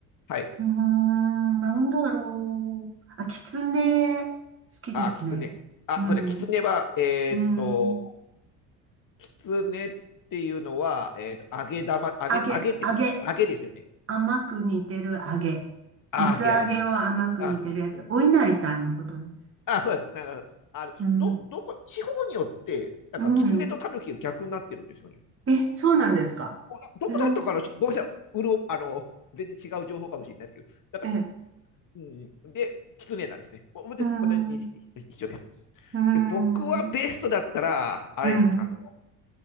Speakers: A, on the left; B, on the right.
A: はい。
B: うーん、なんだろう。あ、きつね、好きですね。
A: あ、きつね。あ、
B: うん、
A: これ、きつねは、えーっと、
B: うん。
A: きつねっていうのは、えっと、揚げ玉、揚げ、
B: 揚げ、
A: 揚げってこと、
B: 揚げ。
A: 揚げですよね。
B: 甘く煮てる揚げ。
A: あ揚げ揚げ。
B: 薄揚げを甘く煮てるやつ。
A: あ、うん。
B: お稲荷さんのことです。
A: あ、そうです。なるあの、
B: うん、
A: ど、どこ、地方によって、なんか、
B: うん。
A: きつねとタヌキが逆になってるんですよね。
B: え、そうなんですか。
A: おなどこだったかな、
B: へえ、
A: ちょっとごめんなさい。うろ、あの、全然違う情報かもしれないですけど、だから、
B: ええ、
A: うん、で、きつねなんですね。お私、
B: うーん、
A: 私に一一緒です。
B: うーん、
A: で、僕はベストだったら、あれですよ、
B: うん。
A: あの、